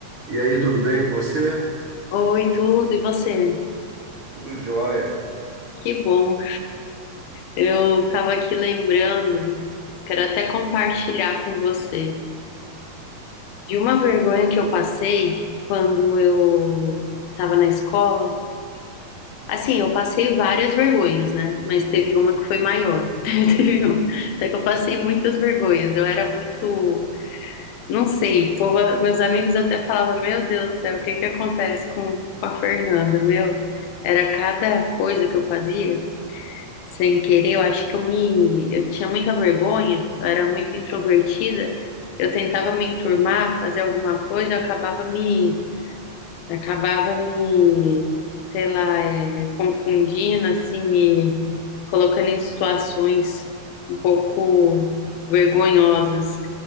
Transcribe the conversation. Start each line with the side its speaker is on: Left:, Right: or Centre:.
Right: E aí, tudo bem com você?
Left: Oi, tudo, e você?
Right: Tudo jóia.
Left: Que bom. Eu tava aqui lembrando, quero até compartilhar com você, de uma vergonha que eu passei quando eu tava na escola. Assim, eu passei várias vergonhas, né? Mas teve uma que foi maior. <laughs> Teve uma- Só que eu passei muitas vergonhas. Eu era muito, não sei, o povo- meus amigos até falavam, meu Deus do céu, o que que acontece com, com a Fernanda? Meu, era cada coisa que eu fazia. sem querer, eu acho que eu me, eu tinha muita vergonha, eu era muito introvertida, eu tentava me enturmar, fazer alguma coisa, eu acabava me, acabava me, sei lá, é, confundindo, assim, me colocando em situações um pouco vergonhosas.